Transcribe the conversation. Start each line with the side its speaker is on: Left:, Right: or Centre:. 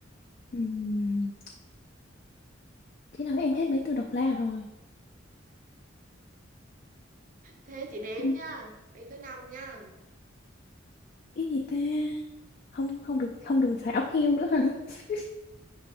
Left: Ừm, Thế nào em hết mấy từ độc lạ rồi.
Right: Thế chị đếm
Left: Ừ,
Right: nha. Đếm tới năm nha.
Left: cái gì ta Không không được không được xài ốc heo nữa hả? <laughs>